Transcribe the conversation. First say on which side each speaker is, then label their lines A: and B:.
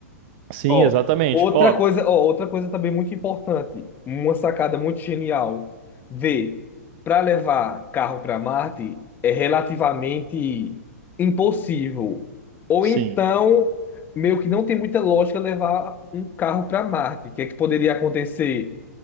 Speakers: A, on the right (about 45°); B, on the left (about 20°).
A: Sim,
B: Ó,
A: exatamente.
B: outra
A: Ó,
B: coisa, ó, outra coisa também muito importante, uma sacada muito genial de para levar carro para Marte é relativamente impossível. Ou
A: sim.
B: então, meio que não tem muita lógica levar um carro para Marte. O que é que poderia acontecer?